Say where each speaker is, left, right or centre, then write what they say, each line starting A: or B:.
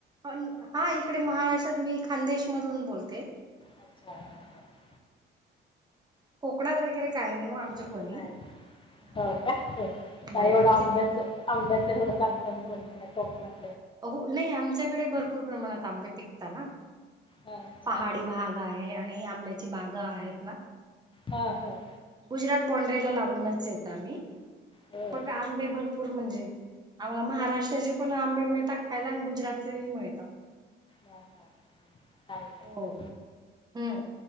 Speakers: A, on the right (about 20°); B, on the left (about 25°).
A: हा इकडे महाराष्ट्रात मी खानदेशमधून बोलते.
B: अच्छा हम्म.
A: कोकणात वगैरे काही नाही हो आमचं
B: नाही
A: कोणी.
B: नाही.
A: नाही.
B: हो का. हो का
A: नाही
B: एवढं
A: आमच्या
B: आंब्याच, आंब्याच एवढ सांगता मी म्हणलं का कोकनात
A: अ नाही आमच्याकडे भरपूर प्रमाणात आंबे पिकता ना.
B: हां, अच्छा
A: पहाडी भाग आहे आणि आंब्याची बागा आहेत ना.
B: हो हो.
A: गुजरात बॉन्ड्रीला लागूनच येत आम्ही,
B: हो
A: मग
B: हम्म.
A: आंबे
B: हम्म.
A: भरपूर म्हणजे आम्हाला महाराष्ट्राचे पण आंबे मिळतात खायला आणि गुजरातचेही मिळता.
B: हा हा. चांगलं आहे.
A: हो हम्म.